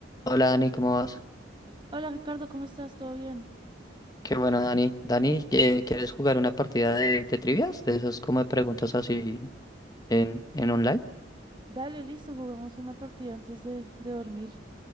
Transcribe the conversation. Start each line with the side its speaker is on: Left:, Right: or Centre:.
Left: Hola Dani, ¿cómo vas?
Right: Hola Ricardo, ¿cómo estás? ¿Todo bien?
Left: Qué bueno Dani. Dani, ¿qué- ¿quieres jugar una partida de, de trivias? De esas como de preguntas así en, en online.
Right: Dale, listo, juguemos una partida antes de, de dormir.